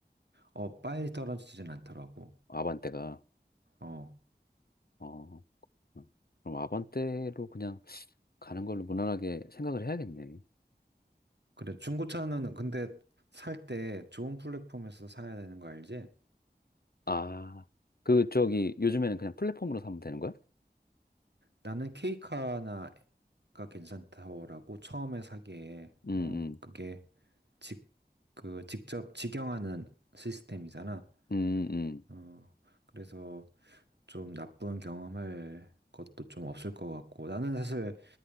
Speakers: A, on the right; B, on the left.
A: 어, 빨리 떨어지진 않더라고.
B: 아반떼가.
A: 어.
B: 어. 음. 그럼 아반떼로 그냥 가는 걸로 무난하게 생각을 해야겠네.
A: 그래, 중고차는 근데 살 때 좋은 플랫폼에서 사야 되는 거 알지?
B: 아, 그, 저기, 요즘에는 그냥 플랫폼으로 사면 되는 거야?
A: 나는 케이카나가 괜찮다고 처음에 사기에,
B: 음,
A: 어,
B: 음,
A: 그게 직, 그, 직접 직영하는 시스템이잖아.
B: 음, 음.
A: 어, 그래서 좀 나쁜 경험할 것도 좀 없을 것 같고. 나는 사실,